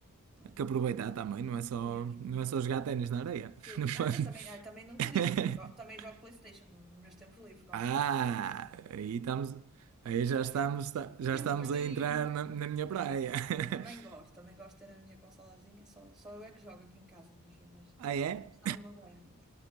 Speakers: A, in the centre; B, on the right.
A: É,
B: Há Que aproveitar também, não é só,
A: mesmo.
B: não é só jogar ténis na areia.
A: Sim.
B: <laughs> No fundo.
A: Ah, mas também, ah, também não te
B: <laughs>
A: disse, também jogo, também jogo PlayStation no- nos meus tempos livres, quando,
B: Ah,
A: quando
B: aí estamos, aí já
A: assim,
B: estamos, já
A: assim
B: estamos
A: um bocadinho.
B: a entrar na, na minha praia.
A: É, Também
B: <laughs>
A: gosto, também gosto de ter a minha consolazinha, só, só eu é que jogo aqui em casa, mas, mas
B: Ah, é?
A: Sabe-me bem.